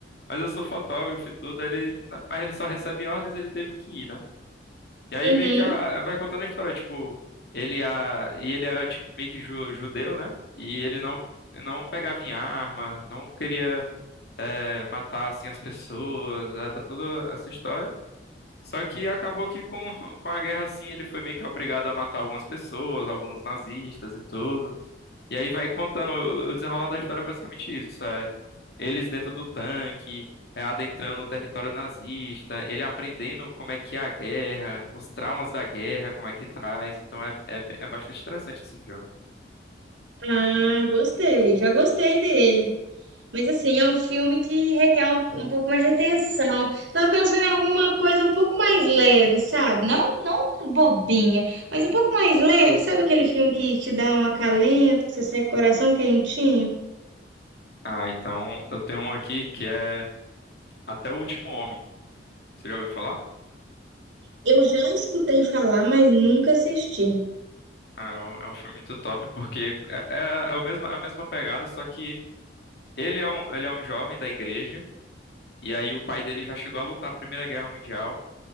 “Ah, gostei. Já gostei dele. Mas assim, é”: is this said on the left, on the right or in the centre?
Right